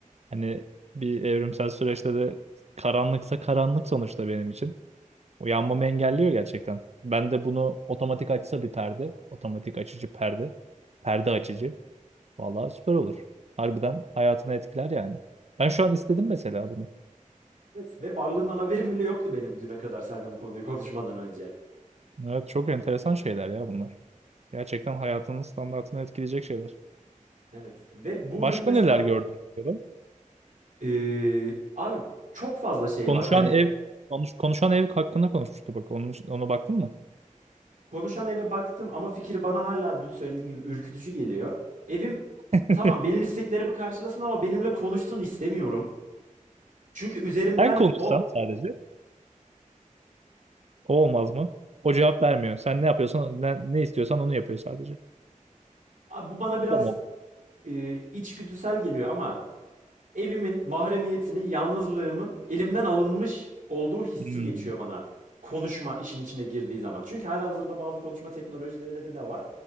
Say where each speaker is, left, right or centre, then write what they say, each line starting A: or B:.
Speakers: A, on the right; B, on the right.
A: Hani bir evrimsel süreçte de karanlıksa karanlık sonuçta benim için. O yanmamı engelliyor gerçekten. Ben de bunu otomatik açsa bir perde. Otomatik açıcı perde. Perde açıcı. Vallahi süper olur. Harbiden hayatını etkiler yani. Ben şu an istedim mesela bunu.
B: Evet. Ve varlığından haberim bile yoktu benim düne kadar seninle bu konuyu konuşmadan önce.
A: Evet çok enteresan şeyler ya bunlar. Gerçekten hayatının standartını etkileyecek şeyler.
B: Evet. Ve bu
A: Başka
B: ürün mesela
A: neler gördüm bu arada?
B: eee, abi çok fazla şey
A: Konuşan
B: var. Hani
A: ev konuş, konuşan ev hakkında konuşmuştu bak. Onun, ona baktın mı?
B: Konuşan eve baktım ama fikir bana hala dün söylediğim gibi ürkütücü geliyor. Evim
A: <laughs>
B: tamam benim isteklerimi karşılasın ama benimle konuşsun istemiyorum. Çünkü üzerimden
A: Sen konuşsan
B: o
A: sadece. O olmaz mı? O cevap vermiyor. Sen ne yapıyorsan, ne, ne istiyorsan onu yapıyor sadece.
B: a, bu bana
A: Bu
B: biraz
A: da mı olmaz?
B: e, içgüdüsel geliyor ama Evimin, mahremiyetinin, yalnızlığımın elimden alınmış olduğu hissi
A: Hmm.
B: geçiyor bana. Konuşma işin içine girdiği zaman. Çünkü halihazırda bazı konuşma teknolojileri de var.